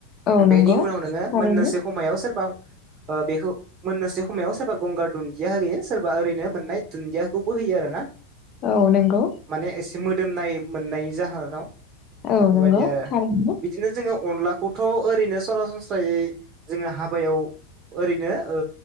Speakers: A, on the left; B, on the right.
A: औ नंगौ
B: बेनि उनाव नोङो
A: थारैनो
B: मोननोसो खमायाव सोरबा ओ बेखौ मोननोसै खमायाव सोरबा गंगार दुन्दिया होयो सोरबा ओरैनो मोननाय दुन्दियाखौबो होयो आरोना
A: औ नंगौ।
B: माने एसे मोदोमनाय मोननायनि जाहोनाव
A: औ
B: बेफोरबायदि
A: नंगौ
B: आरो
A: थारैनो
B: दिनो जोङो अनलाखौथ' ओरैनो सरासनस्रायै जोङो हाबायाव ओरैनो ओ